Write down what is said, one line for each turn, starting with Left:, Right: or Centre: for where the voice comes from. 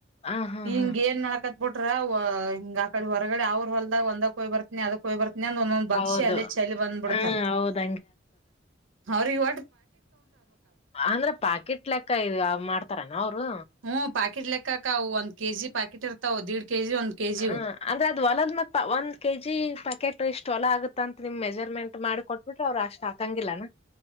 Left: ಹ ಹಾ
Right: ಹಿಂಗ
Left: ಹಾ
Right: ಏನ್ ನಕತ್ ಬಿಟ್ರ ಹ ಆಡೆ ಹೊ ಹೊಗಡೆ ಅವ್ರ ಹೊದಾಗ ಒಂದಾಗಕ್ಕೆಯ್ರ್ತಿನಿ ಅದಕ್ಕೆೋಗ್ ಬರ್ ಇನ್ನೊಂದ ಒಂದೊಂದ್ ಬಕ್ಷಿ
Left: ಹೌದು
Right: ಅಲ್ಲೇ ಚಲಿ ಬಂದ್ಬಿಡ್ತಾರ
Left: ಹ್ಮ್ ಹೌದ್
Right: ಅವ್ರ ಇವ
Left: ಅಂದ್ರೆ ಪಾಕಿಟ್ ಲೆಕ್ಕ ಇ ಮಾಡ್ತಾರಾನ ಅವ್ರ
Right: ಹ್ಮ್ ಪಾಕೆಟ್ ಲೆಕ್ಕವು ಒಂದ್ ಕೆಜಿ ಪಾಕೆಟ್ ಇರ್ತಾವ್ ದೀಡ್ ಕೆಜಿ ಒಂದ್ ಕೆಜಿ
Left: ಹ್ಮ ಅಂದ್ರೆ ಅದ್ ಹೊಲದ್ ಮತ್ ಒಂದ್ ಕೆಜಿ ಪ್ಯಾಕೆಟ್ ಇಷ್ಟು ಹೊಲ ಆಗುತ್ ತಂತ್ ನಿಮ್ ಮೆಜರ್ಮೆಂಟ್ ಮಾಡಿ ಕೊಟ್ಬಿಟ್ರೆ ಅವ್ರು ಅಷ್ಟ ಆಕಂಗಿಲ್ಲನಾ.